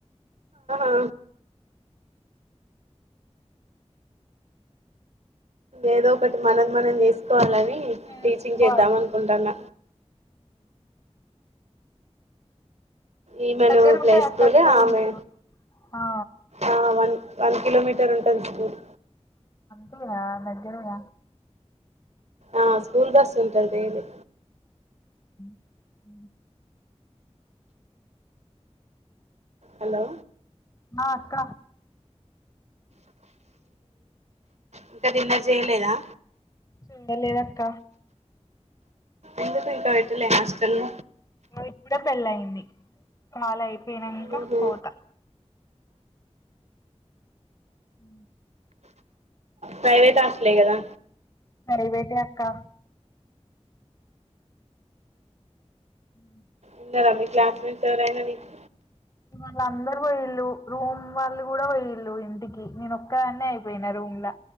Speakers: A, on the right; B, on the left.
A: ఆ ఏదో ఒకటి మనది మనం చేసుకోవాలని
B: చేసుకోవాలి
A: టీచింగ్ చేద్దాం అనుకుంటాన్న ఈమను
B: దగ్గర
A: ప్లే
B: ఉంటాయి
A: స్కూల్
B: అక్క స్కూల్స్
A: ఆమె
B: ఆ
A: ఆ వన్ వన్ కిలోమీటర్ ఉంటది స్కూల్
B: అవున నజంగ
A: ఆ స్కూల్ బస్ ఉంటది దేరు
B: అ
A: హలో
B: ఆ అక్క
A: ఇంకది ఇంద చేయలేదా
B: చేయలేదక్క
A: ఎందుకు ఇంకా విజిలు ఏసేస్తాను
B: నువ్వు ఇప్పుడే పెళ్ళ అయింది వాళ్ళ అయిపోయినంక
A: ఆహా
B: పోతా ఉ
A: ప్రైవేట్ హాస్టలే కదా
B: ప్రైవేట్ అక్కా ఉ
A: ఉన్నరా మీ క్లాస్మేట్స్ ఎవరైనా మీకు
B: వాళ్ళ అందరు వోయిళ్ళు రూమ్ వాళ్ళు కూడా పోయిళ్ళు ఇంటికి నేను ఒక్కదాన్నే అయిపోయినా రూమ్లా